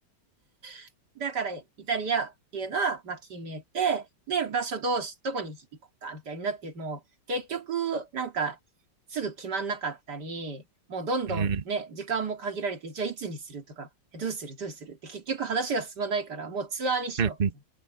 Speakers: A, on the right; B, on the right.
A: <laughs> だからイタリアっていうのは、まあ決めて、で、場所どうし、どこに行こうかみたいになって、もう結局なんかすぐ決まんなかったり、もうどんどんね、
B: うん。
A: 時間も限られて、じゃあいつにするとか、えどうするどうするって結局話が進まないから、もうツアーにしよう
B: うん。